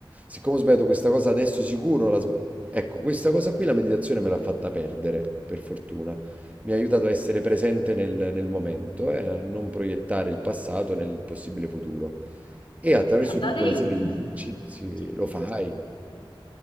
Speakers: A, on the right; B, on the left.
A: Siccome ho sbagliato questa cosa adesso sicuro, la sba- ecco, questa cosa qui la meditazione me l'ha fatta perdere, per fortuna. Mi ha aiutato a essere presente nel, nel momento e a non proiettare il passato nel possibile futuro. E attraverso
B: Guarda,
A: tutta
B: lei
A: una serie
B: mm,
A: di esercizi
B: sì,
A: lo fai.